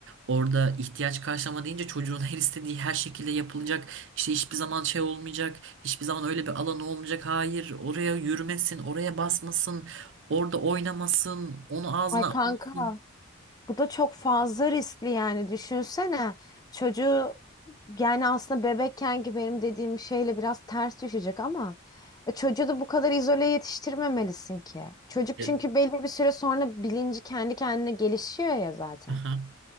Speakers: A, on the right; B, on the left.
A: orada ihtiyaç karşılama deyince çocuğun her istediği her şekilde yapılacak. İşte hiçbir zaman şey olmayacak. Hiçbir zaman öyle bir alan olmayacak. Hayır, oraya yürümesin, oraya basmasın. Orada oynamasın, onu ağzına
B: Ay kanka
A: almasın.
B: bu da çok fazla riskli yani düşünsene çocuğu yani aslında bebekken ki benim dediğim şeyle biraz ters düşecek ama e, çocuğu da bu kadar izole yetiştirmemelisin ki. Çocuk
A: E,
B: çünkü belli bir süre sonra bilinci kendi kendine gelişiyor ya zaten.
A: aha.